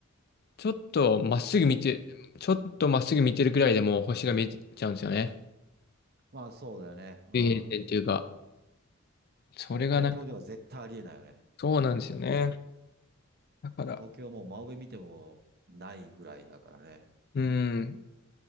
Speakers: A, on the left; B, on the right.
A: ちょっとまっすぐ見て、ちょっとまっすぐ見てるくらいでもう星が見えちゃうんですよね。
B: まあそうだよね。うん。
A: 水平線っていうか、それがな、
B: 東京では絶対ありえないよね。
A: そうなんですよね。だから、
B: 東京はもう真上見てもないぐらいだからね。
A: うん、